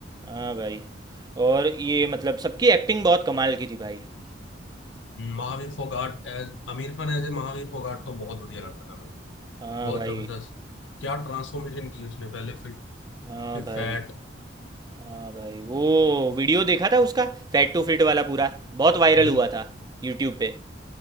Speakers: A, on the right (about 20°); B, on the left (about 75°).
A: हाँ भाई और ये मतलब सबकी एक्टिंग बहुत कमाल की थी भाई
B: <clears throat> Mahavir Phogat as Aamir Khan as a Mahavir Phogat तो बहुत बढ़िया लगता था
A: हाँ
B: बहुत
A: भाई
B: जबरदस्त क्या ट्रांसफॉर्मेशन की उसने पहले फिट
A: हाँ
B: फिर
A: भाई
B: फैट
A: हाँ भाई वो वीडियो देखा था उसका फैट टू फिट वाला पूरा बहुत वायरल
B: बिल
A: हुआ था यूट्यूब पे